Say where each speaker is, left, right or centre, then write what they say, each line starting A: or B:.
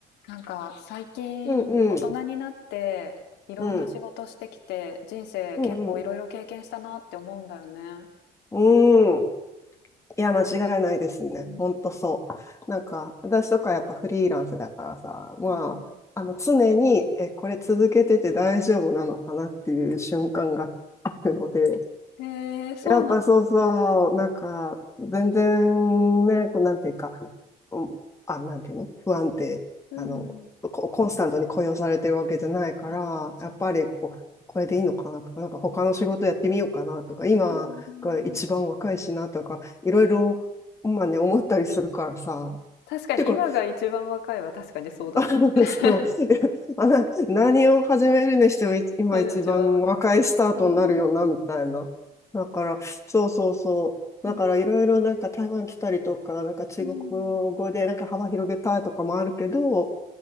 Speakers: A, on the left; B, on the left.
A: なんか最近大人になっていろんな仕事してきて人生結構いろいろ経験したなって思うんだよね。
B: うんうん。うん。うんうん。うん。いや、間違いないですね。
A: うん、
B: ほんとそう。なんか、私とかやっぱフリーランスだからさ、まあ、
A: うんうん。
B: あの、常に、え、これ続けてて大丈夫なのかなっていう瞬間があるので、
A: へえ、そうなんですね。
B: やっぱそうそう、なんか、全然ね、こうなんていうか、うんあ、なんていうの不安定、
A: うん。
B: あの、こコンスタントに雇用されてるわけじゃないから、
A: ああ、そっか。
B: やっぱりこう、これでいいのかなとか、なんか他の仕事やってみようかなとか、今が一番若いしなとか、
A: うんうんうん。
B: いろいろ、まあね、思ったりするからさ。
A: 確かに今が一番若いは確かにそうだね。
B: ていうか、<laughs>
A: <laughs>
B: そう。<laughs> いやあな何を始めるにしてもい今一番若いスタートになるよな、
A: 私が一番若い。うん。
B: みたいな。だから、そうそうそう。
A: うんうん。
B: だからいろいろなんか台湾来たりとか、なんか中国
A: うん。
B: 語でなんか幅広げたいとかもあるけど、